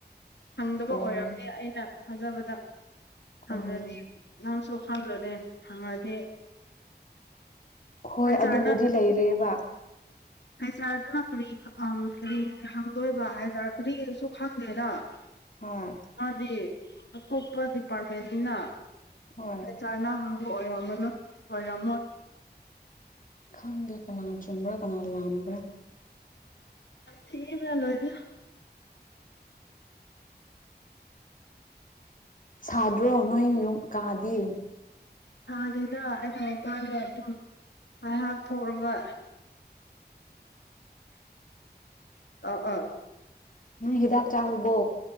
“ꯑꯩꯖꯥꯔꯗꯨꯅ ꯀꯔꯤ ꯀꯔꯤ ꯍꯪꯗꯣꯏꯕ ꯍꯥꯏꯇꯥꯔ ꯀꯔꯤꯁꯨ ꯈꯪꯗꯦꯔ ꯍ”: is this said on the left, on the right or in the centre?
Left